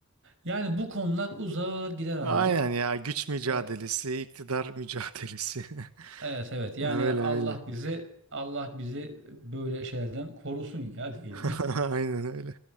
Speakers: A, on the right; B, on the right.
A: Yani bu konular uzar gider
B: Aynen
A: abicim.
B: ya güç mücadelesi,
A: E,
B: iktidar mücadelesi. <laughs>
A: Evet evet yani
B: Öyle
A: Allah
B: öyle.
A: bizi Allah bizi böyle şeylerden korusun ya diyelim.
B: <laughs> Aynen öyle.